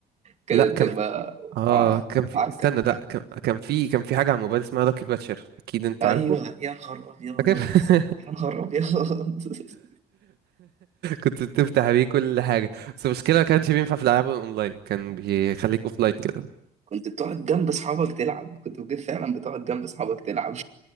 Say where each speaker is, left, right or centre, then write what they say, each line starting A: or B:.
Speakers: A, on the right (about 40°); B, on the right (about 70°).
A: كانت
B: لا كان
A: بتبقى
B: في اه
A: ع-
B: كان في
A: عركة
B: استنى لا كان كان في كان في حاجه على الموبايل اسمها لاكي باتشر اكيد انت
A: ايوه
B: عارفه
A: يا نهار ابيض
B: فاكر <laughs>
A: يا نهار ابيض <laughs>
B: كنت بتفتح بيه كل حاجه بس المشكله ما كانش بينفع في الالعاب الاونلاين كان بيخليك اوفلاين كده
A: كنت بتقعد جنب اصحابك تلعب كنت بجد فعلا بتقعد جنب اصحابك تلعب